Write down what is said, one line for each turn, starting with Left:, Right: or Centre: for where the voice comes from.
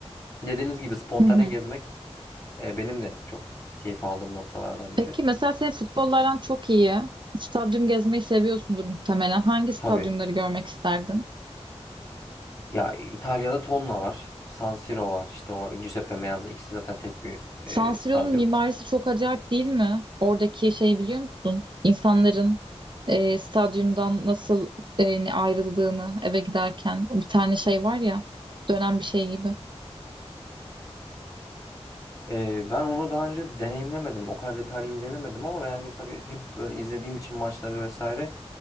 Left: dediğiniz gibi spontane
Right: Hı hı.
Left: gezmek e, benim de çok keyif aldığım noktalardan
Right: Peki
Left: biri.
Right: mesela senin futbollardan çok iyi. Stadyum gezmeyi seviyorsundur muhtemelen. Hangi stadyumları
Left: Tabii.
Right: görmek isterdin?
Left: Ya İtalya'da Tonla var. San Siro var. İşte o Giuseppe Meazza ikisi zaten tek bir e,
Right: San Siro'nun
Left: stadyum.
Right: mimarisi çok acayip değil mi? Oradaki şeyi biliyor musun? İnsanların e, stadyumdan nasıl e, ayrıldığını eve giderken. Bir tane şey var ya dönen bir şey gibi.
Left: E, ben onu daha önce deneyimlemedim. O kadar detaylı incelemedim ama yani tabii hep böyle izlediğim için maçları vesaire